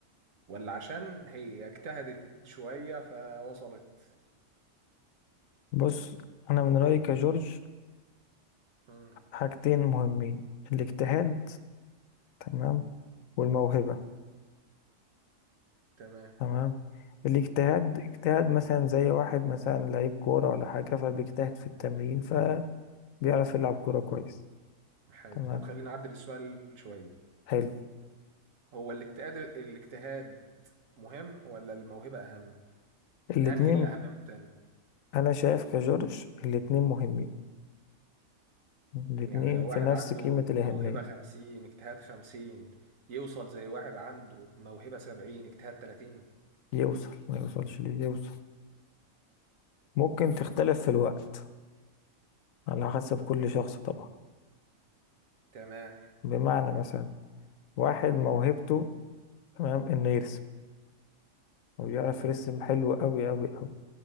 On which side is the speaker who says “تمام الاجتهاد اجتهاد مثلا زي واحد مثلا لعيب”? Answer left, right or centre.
Left